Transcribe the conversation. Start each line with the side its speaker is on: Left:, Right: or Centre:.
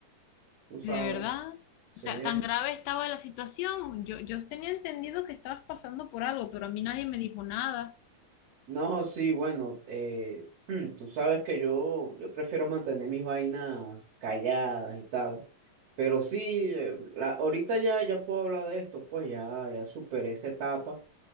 Right: tú sabes.
Left: ¿De verdad?
Right: Sí.
Left: O sea, ¿tan grave estaba la situación? Yo, yo tenía entendido que estabas pasando por algo, pero a mí nadie me dijo nada.
Right: No, sí, bueno, eh, <clears throat> tú sabes que yo, yo prefiero mantener mis vainas calladas y tal, pero sí, eh, la, ahorita ya, ya puedo hablar de esto, pues ya, ya superé esa etapa,